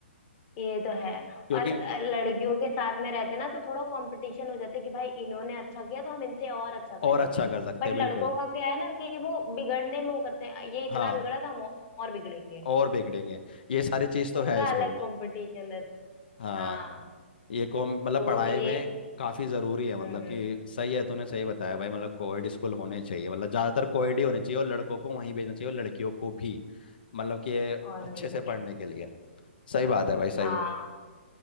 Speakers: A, on the left (about 30°); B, on the left (about 50°).
A: ये तो है
B: क्योंकि
A: और अ, लड़कियों के साथ में रहते ना तो थोड़ा कंपटीशन हो जाता है कि भाई इन्होंने अच्छा किया तो हम इनसे और अच्छा करेंगे
B: और अच्छा कर सकते
A: बट
B: हैं बिल्कुल
A: लड़कों का क्या है ना कि वो बिगड़ने में वो करते हैं ये इतना
B: हाँ
A: बिगड़ा तो हम और और बिगड़ेंगे
B: और बिगड़ेंगे ये सारी चीज तो
A: उनका
B: है स्कूल
A: अलग
B: में
A: कंपटीशन
B: हाँ
A: हाँ
B: ये कॉम मतलब
A: तो
B: पढ़ाई
A: ये
B: में काफी जरूरी है मतलब
A: हम्म
B: कि
A: हम्म
B: सही है तूने सही बताया भाई मतलब कोएड स्कूल होने चाहिए मतलब ज्यादातर कोएड ही होने चाहिए और लड़कों को वहीं भेजना चाहिए और लड़कियों को भी मतलब कि
A: और
B: अच्छे
A: नहीं तो
B: से पढ़ने
A: क्या
B: के लिए सही बात है भाई सही
A: हाँ
B: बात